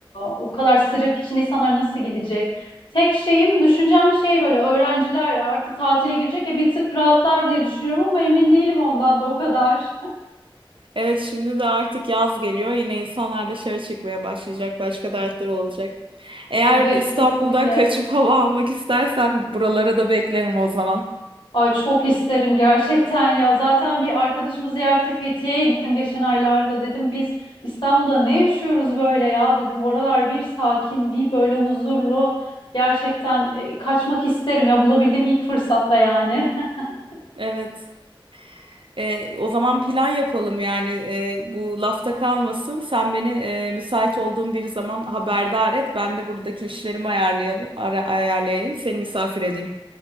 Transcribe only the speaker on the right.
Evet şimdi de artık yaz geliyor. Yine insanlar dışarı çıkmaya başlayacak. Başka dertleri olacak. Eğer
İstanbul'dan
kaçıp hava almak istersen buralara da beklerim o zaman.
Evet. E, o zaman plan yapalım yani E, bu lafta kalmasın. Sen beni e, müsait olduğun bir zaman haberdar et. Ben de buradaki işlerimi ayarlayalım, ara- ayarlayayım. Seni misafir edeyim.